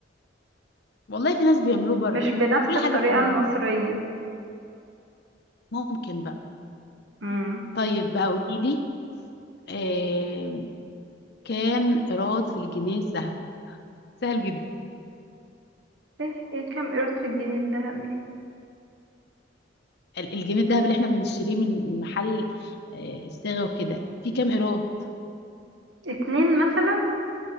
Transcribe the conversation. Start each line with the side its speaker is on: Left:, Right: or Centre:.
Left: والله في ناس بيعملوه بره
Right: مش بنفس
Left: كل
Right: الطريقة
Left: حاجة بتعمل
Right: المصرية
Left: بره ممكن بقى
Right: امم
Left: طيب بقى قوليلي آه كام إيراد في الجنيه الذهبي سهل جدا
Right: ايه ايه كام قيرة الجنيه الدهب دي
Left: ال- الجنيه الذهب اللي احنا بنشتريه من من محل آه، الصاغة وكده في كام قيراط
Right: اتنين مثلا